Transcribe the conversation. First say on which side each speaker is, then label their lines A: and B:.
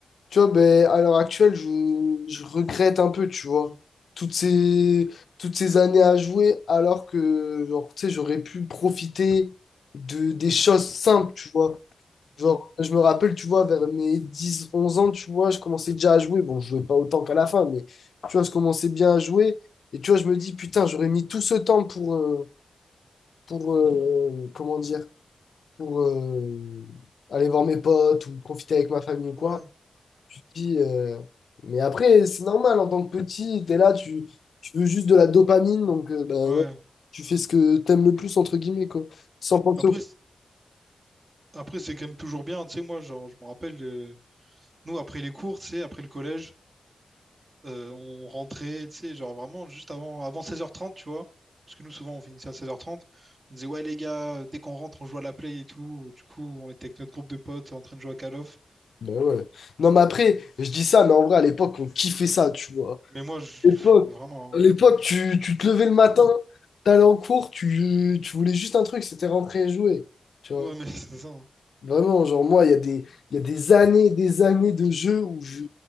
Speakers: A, on the left (about 75°); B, on the right (about 45°).
A: Tu vois, ben, à l'heure actuelle, je, je regrette un peu, tu vois,
B: <laughs>
A: toutes ces, toutes ces années à jouer, alors que, genre, tu sais, j'aurais pu profiter de, des choses simples, tu vois.
B: Mm,
A: Genre,
B: mm,
A: je me rappelle, tu vois, vers mes 10 11 ans, tu vois, je commençais déjà à jouer. Bon, je jouais pas autant qu'à la fin, mais, tu vois, je commençais bien à jouer. Et, tu vois, je me dis, putain, j'aurais mis tout ce temps pour, euh, pour euh, comment dire, pour euh, aller voir mes potes ou profiter avec ma famille ou quoi.
B: ouais,
A: Tu te dis, euh, Mais après, c'est normal, en tant que petit, t'es là, tu, tu veux juste de la dopamine, donc euh, bah, ouais,
B: ouais.
A: tu fais ce que t'aimes le plus, entre guillemets, quoi, sans penser
B: Après,
A: au...
B: c'est- après, c'est quand même toujours bien, tu sais, moi, genre, je me rappelle. euh, Nous, après les cours, tu sais, après le collège, euh, on rentrait, tu sais, genre vraiment juste avant, avant 16h30, tu vois. Parce que nous, souvent, on finissait à 16h30. On disait, ouais, les gars, dès qu'on rentre, on joue à la play et tout. Du coup, on était avec notre groupe de potes en train de jouer à Call of.
A: Ben ouais. Non, mais après, je dis ça, mais en vrai, à l'époque, on kiffait ça, tu vois.
B: Mais moi, je...
A: À l'époque,
B: vraiment.
A: à l'époque, tu, tu te levais le matin, t'allais en cours, tu, tu voulais juste un truc, c'était rentrer et jouer, tu vois.
B: hein. Ouais, mais <laughs> c'est ça. hein.
A: Vraiment, genre moi, il y a des, il y a des années, des années de jeux où je,